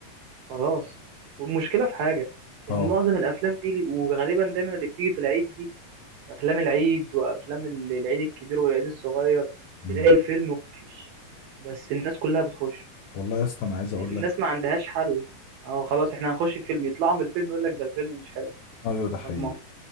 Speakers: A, on the right; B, on the left.
A: خلاص والمشكله في حاجه
B: اه
A: ان معظم الافلام دي وغالبا دايما اللي بتيجي في العيد دي افلام العيد وافلام ال- العيد الكبير والعيد الصغير
B: امم
A: تلاقي الفيلم وحش بس الناس كلها بتخش
B: والله يا اسطى انا عايز اقول
A: الناس
B: لك
A: ما عندهاش حل اه خلاص احنا هنخش الفيلم يطلعوا من الفيلم يقول لك ده الفيلم مش حلو
B: ايوه ده حقيقي
A: طب ما هو